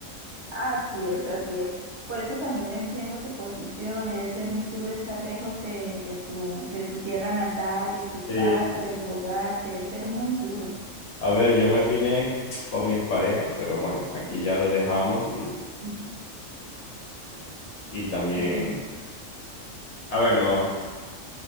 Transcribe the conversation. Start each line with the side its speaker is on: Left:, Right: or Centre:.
Right: Así es, así es. Por eso también entiendo tu posición, debe ser muy duro estar lejos de, de tu, de tu tierra natal, de tu
Left: Sí,
Right: casa, de tu hogar, debe ser muy duro.
Left: A ver, yo me vine con mi expareja, pero bueno, aquí
Right: <laughs>
Left: ya lo dejamos y,
Right: Ujú,
Left: y también,
Right: ujú.
Left: a ver, no,